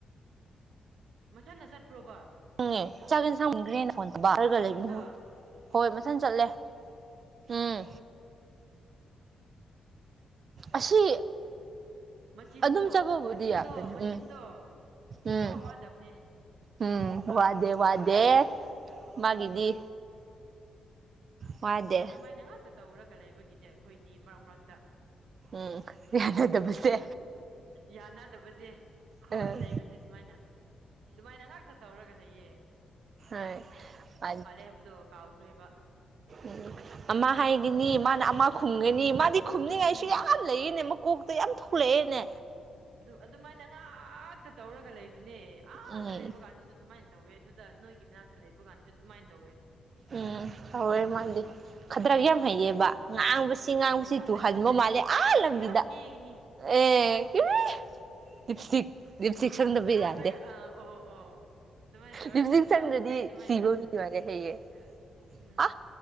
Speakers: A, on the right; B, on the right.
A: ꯃꯊꯟꯗ ꯆꯠꯄ꯭ꯔꯣꯕ
B: ꯎꯪ ꯆꯥꯛ ꯌꯦꯟꯁꯥꯡ ꯃꯨꯟꯈ꯭ꯔꯦꯅ
A: ꯎꯝ
B: ꯐꯣꯟꯄꯥꯏꯔꯒ
A: ꯑꯥ ꯗꯨꯀꯥꯟꯗ
B: ꯂꯩꯕꯅꯤ ꯍꯣꯏ ꯃꯊꯟ ꯆꯠꯂꯦ ꯍꯝ ꯑꯁꯤ
A: ꯃꯆꯤꯟꯗꯣ
B: ꯑꯗꯨꯝ ꯆꯠꯄꯕꯨꯗꯤ
A: ꯃꯆꯤꯟꯗꯣ
B: ꯌꯥꯕꯅꯤ
A: ꯃꯆꯤꯟꯗꯣ
B: ꯎꯝ
A: ꯁꯨꯛꯋꯥ
B: ꯎꯝ
A: ꯋꯥꯗꯕꯅꯦ
B: ꯎꯝ ꯋꯥꯗꯦ ꯋꯥꯗꯦ ꯃꯥꯒꯤꯗꯤ ꯋꯥꯗꯦ
A: ꯑꯗꯨꯃꯥꯏꯅ ꯉꯥꯛꯇ ꯇꯧꯔꯒ ꯂꯩꯕꯒꯤꯗꯤ ꯑꯩꯈꯣꯏꯅꯤ ꯃꯔꯛ ꯃꯔꯛꯇ
B: ꯎꯝ ꯌꯥꯅꯗꯕꯁꯦ
A: ꯌꯥꯅꯗꯕ ꯁꯦ ꯀ꯭ꯔꯣꯁ
B: ꯎꯝ
A: ꯂꯩꯕꯁꯦ ꯁꯨꯃꯥꯏꯅ ꯑꯗꯨꯃꯥꯏꯅ ꯉꯥꯛꯇ ꯇꯧꯔꯒ ꯂꯩꯇꯦ
B: ꯍꯣꯏ ꯃꯥꯗꯤ
A: ꯍꯥꯏꯕꯗꯣ ꯀꯥꯎꯈ꯭ꯔꯦꯕ
B: ꯎꯝ ꯑꯃ ꯍꯥꯏꯒꯅꯤ ꯃꯥꯅ ꯑꯃ ꯈꯨꯡꯒꯅꯤ ꯃꯥ ꯗꯤ ꯈꯨꯝꯅꯤꯡꯉꯥꯏꯁꯤ
A: ꯎꯝ
B: ꯌꯥꯝ ꯂꯩꯔꯤꯅꯦ ꯃꯀꯣꯛ ꯌꯥꯝ ꯊꯣꯛꯂꯛꯑꯦꯅꯦ
A: ꯑꯗꯨ ꯑꯗꯨꯃꯥꯏꯅ ꯉꯥꯛꯇ ꯇꯧꯔꯒ ꯂꯩꯕ ꯅꯦ ꯑꯥꯗ
B: ꯎꯝ
A: ꯂꯩꯕ ꯀꯥꯟꯅꯤꯁꯨ ꯑꯗꯨꯃꯥꯏꯅ ꯇꯧꯋꯦ ꯑꯗꯨꯗ ꯅꯣꯏꯒꯤ ꯃꯅꯥꯛꯇ ꯂꯩꯕ ꯀꯥꯟꯁꯨ ꯑꯗꯨꯃꯥꯏꯅ ꯇꯧꯋꯦ
B: ꯎꯝ ꯇꯧꯋꯦ ꯃꯥꯗꯤ ꯈꯗꯔ ꯌꯥꯝ ꯍꯩꯌꯦꯕ ꯉꯥꯡꯕꯁꯤ ꯆꯤꯡ ꯉꯥꯡꯁꯤ
A: ꯂꯩꯁꯥ
B: ꯇꯨ
A: ꯂꯩꯁꯥ
B: ꯍꯃ
A: ꯂꯩꯁꯥ
B: ꯃꯥꯂꯦ ꯑ
A: ꯀꯦꯕꯁꯨ
B: ꯂꯝꯕꯤꯗ
A: ꯌꯥꯝ ꯀꯦꯒꯅꯤ
B: ꯑꯦ ꯂꯤꯞ ꯏꯁꯇꯤꯛ ꯂꯤꯞ
A: ꯌꯥꯛ
B: ꯏꯁꯇꯤꯛ ꯁꯪꯗꯕ
A: ꯌꯥꯛꯂꯒ
B: ꯌꯥꯗꯦ
A: ꯑꯥ ꯑꯣ ꯑꯣ ꯑꯗꯨꯃꯥꯏꯅ ꯇꯧꯔ
B: ꯂꯤꯞ ꯏꯁꯇꯤꯛ ꯁꯪꯗ꯭ꯔꯗꯤ
A: ꯇꯧꯕꯅꯦ ꯑꯗꯨꯃꯥꯏꯅ
B: ꯁꯤꯕ ꯃꯤ ꯑꯣꯏꯔꯦ ꯍꯌꯦꯌꯦꯡ
A: ꯎꯝ
B: ꯑ